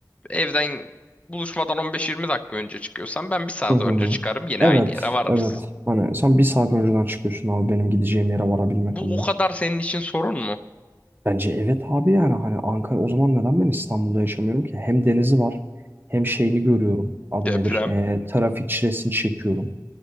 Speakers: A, on the left; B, on the right.
A: evden buluşmadan 15-20 dakika önce çıkıyorsan ben bir saat
B: Hı hı.
A: önce çıkarım yine
B: Evet,
A: aynı yere varırız.
B: evet. Hani sen bir saat önceden çıkıyorsun abi benim gideceğim yere varabilmek
A: Bu
B: adına.
A: o kadar senin için sorun mu?
B: Bence evet abi yani hani Ankara o zaman neden ben İstanbul'da yaşamıyorum ki? Hem denizi var hem şeyini görüyorum. Adı
A: Deprem.
B: nedir? Ee, trafik çilesini çekiyorum.